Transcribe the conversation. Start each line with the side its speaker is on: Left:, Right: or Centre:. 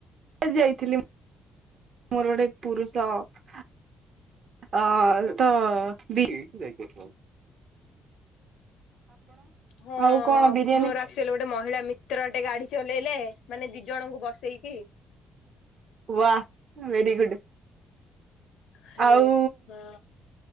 Right: ଯାଇଥିଲି। ମୋର ଗଟେ ପୁରୁଷ ଅ ଅ ତ ଦ ଯାଇକି?
Left: ହଁ
Right: ଆଉ କଣ ବିରିୟାନୀ
Left: ମୋର ଆକ୍ଚୁଲି ଗୋଟେ ମହିଳା ମିତ୍ର ଗୋଟେ ଗାଡି ଚଲେଇଲେ ମାନେ ଦି ଜଣଙ୍କୁ ବସେଇକି
Right: ବାୱହ ଭେର ଗୁଡ
Left: ହାଲୋ
Right: ଆଉ
Left: ହଁ।